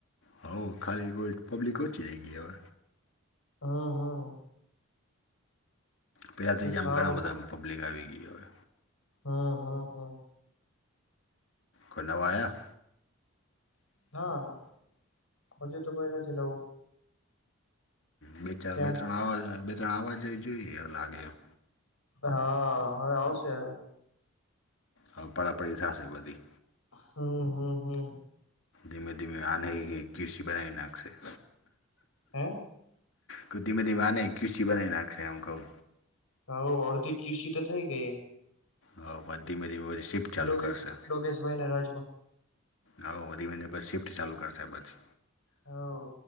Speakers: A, on the left (about 65°); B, on the left (about 80°).
A: હઉ ખાલી હોય પબ્લિક ઓછી <unintelligible>
B: હમ્મ હમ્મ.
A: પેલાંથી જ આમ
B: સારું
A: ઘણા બધા આમ પબ્લિક આવી ગઈ અવે
B: હમ્મ હમ્મ હમ્મ.
A: કોઈ નવા આયા
B: ના ના હજુ તો કોઈ નથી નવું.
A: બે ચાર
B: ત્યાં
A: બે ત્રણ આવા બે ત્રણ આવા જો જોઈએ લાગે એમ.
B: હા હવે આવશે અવે.
A: હા પળાપળી થાશે બધી
B: હમ્મ હમ્મ હમ્મ.
A: ધીમે ધીમે આનેય ઈક્કિસી બનાઈ નાખશે.
B: હં?
A: ક ધીમે ધીમે આનેય ઈક્કીસી બનાઈ નાખશે એમ કઉ
B: હઉ અડધી ક્યુસી તો થઈ ગઈ એ
A: હઉ પછ ધીમે ધીમે વરી શિફ્ટ ચાલુ
B: ડોગેશ
A: કરશે.
B: ડોગેશભાઈ ના રાજમાં
A: હાઉ વ ધીમે ધીમે શિફ્ટ ચાલુ કરશે પછી.
B: હાઉ